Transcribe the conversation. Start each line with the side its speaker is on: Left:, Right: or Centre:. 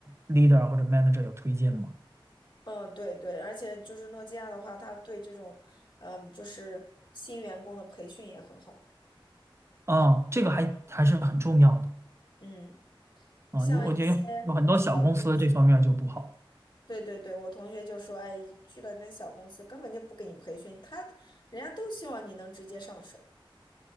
Right: leader 或者 manager 有推进嘛。
Left: 嗯，对对，而且就是诺基亚的话，它对这种，嗯，就是新员工的培训也很好嘛
Right: 啊，这个还还是很重要的
Left: 嗯，
Right: 啊。
Left: 像一些
Right: 有我觉得有有很多小公司这方面就不好。
Left: 小公司，对对对，我同学就说，哎，去了那小公司根本就不给你培训，他人家都希望你能直接上手。